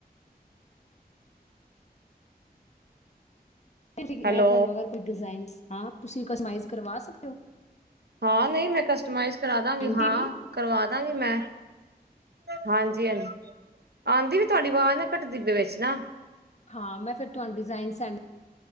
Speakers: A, on the left (about 45°); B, on the right (about 80°).
A: ਤੁਸੀ ਕਿ, ਮੈਂ
B: ਹੈਲੋ
A: ਤੁਹਾਨੂੰ ਅਗਰ ਕੋਈ ਡਿਜ਼ਾਈਨਸ ਹਾਂ, ਤੁਸੀਂ ਕਸਮਾਈਜ਼ ਕਰਵਾ ਸਕਦੇ ਹੋ।
B: ਹਾਂ ਨਹੀਂ ਮੈਂ ਕਸਟਮਾਈਜ਼ ਕਰਵਾ ਦਾਂਗੀ
A: ਹਾਂਜੀ
B: ਹਾਂ
A: ਜੀ
B: ਕਰਵਾ ਦਾਂਗੀ ਮੈਂ। ਹਾਂਜੀ-ਹਾਂਜੀ ਆਉਂਦੀ ਵੀ ਤੁਹਾਡੀ ਆਵਾਜ਼ ਨਾ ਘੱਟਦੀ ਪਈ ਵਿੱਚ ਨਾ।
A: ਹਾਂ, ਮੈਂ ਫਿਰ ਤੁਹਾਨੂੰ ਡਿਜ਼ਾਇਨ ਸੇਡ